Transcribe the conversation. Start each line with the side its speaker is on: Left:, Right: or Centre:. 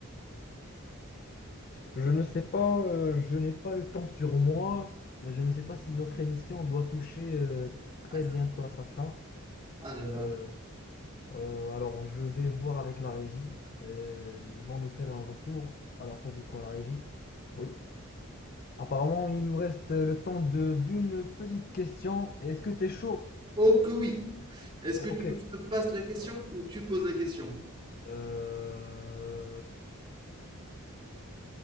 Left: Je ne sais pas, euh, je n'ai pas le temps sur moi. Je ne sais pas si notre émission doit toucher euh, très
Right: Ah, ça-
Left: bientôt à sa fin.
Right: ah là là.
Left: Euh, euh, alors, je vais voir avec la régie. Euh, ils vont nous faire un retour. Alors, ça dit quoi, la régie? Oui. Apparemment, il nous reste euh, le temps de d'une petite question. Est-ce que t'es chaud?
Right: Oh que oui. Est-ce
Left: Ok.
Right: que tu veux que je te passe la question
Left: Ouais.
Right: ou tu poses la question?
Left: Euh,